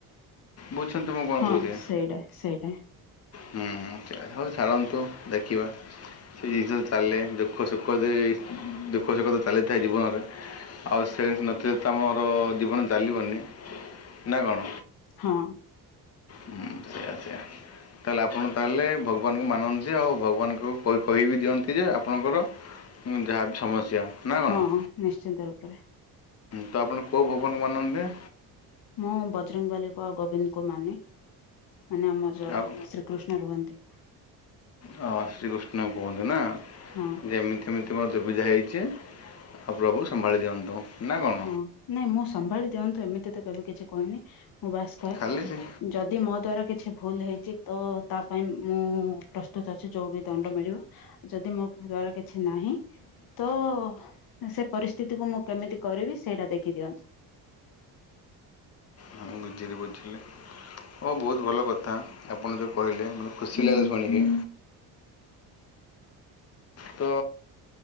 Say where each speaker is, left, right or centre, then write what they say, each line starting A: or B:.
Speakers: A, on the left (about 40°); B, on the left (about 65°).
A: ବୁଝୁଚନ୍ତିୁ ମୁଁ କଣ
B: ହଁ
A: କହୁଚି?
B: ସେଇଟା ସେଇଟା
A: ହୁଁ ହଉ ଛାଡ଼ନ୍ତୁ ଦେଖିବା। ସେ ଜିନିଷ ଚାଲେ ଦୁଃଖ ସୁଖ ଦୁଃଖ ସୁଖ ତ ଚାଲିଥାଏ ଜୀବନରେ। ଆଉ ସେ ନଚେ ତ ଆମୋର ଜୀବନ ଚାଲିବନି ନା କଣ?
B: ହଁ।
A: ହୁଁ ସେଇଆ ସେଆ। ତାହେଲେ ଆପଣ ତାହେଲେ ଭଗବାନଙ୍କୁ ମାନନ୍ତି ଆଉ ଭଗବାନଙ୍କୁ କହିବି ଦିଅନ୍ତି ଯେ ଆପଣଙ୍କର ହୁଁ ଯାହାବି ସମସ୍ୟା। ନା କ'ଣ
B: ହଁ
A: ହୁଁ,
B: ନିଶ୍ଚିନ୍ତ ରୂପରେ।
A: ତ ଆପଣ କେଉଁ ଭଗବାନ ମାନନ୍ତି?
B: ମୁଁ ବଜରଙ୍ଗବାଲିକୁୁ ଗୋବିନ୍ଦ କୁ ମାନେ। ମାନେ ଆମ ଯ
A: ଆଉ
B: ଶ୍ରୀକୃଷ୍ଣ ରୁହନ୍ତି।
A: ହଁ ଶ୍ରୀକୃଷ୍ଣ କୁହନ୍ତୁ ନା।
B: ହଁ।
A: ଯେ ଏମିତି ଏମିତି ମୋର ଦୁବିଧା ହେଇଚି ଆଉ ପ୍ରଭୁ ସମ୍ଭାଳି ଦିଅନ୍ତୁ। ନା କ'ଣ
B: ହଁ ନାଇଁ ମୁଁ ସମ୍ଭାଳି ଦିଅନ୍ତୁ ଏମିତି ତ କେବେ କିଛି କହିନି ମୁଁ ବାସ କହେ
A: ଖାଲି ହଁ
B: ଯଦି ମୋ ଦ୍ଵାରା କିଛି ଭୁଲ ହେଇଚି ତ ତା ପାଇଁ ମୁଁ ପ୍ରସ୍ତୁତ ଅଛି ଯୋଉ ବି ଦଣ୍ଡ ମିଳିବ। ଯଦି ମୋ ଦ୍ଵାରା କିଛି ନାହିଁ ତ ସେ ପରିସ୍ଥିତିକୁ ମୁଁ କେମିତି କରିବି ସେଇଟା ଦେଖିଦିଅନ୍ତୁ।
A: ହଁ ବୁଝିଲି ବୁଝିଲି ହଉ ବହୁତ ଭଲ କଥା। ଆପଣ ଯୋଉ କହିଲେ ମତେ ଖୁସି ଲାଗିଲା ଶୁଣିକି। ତ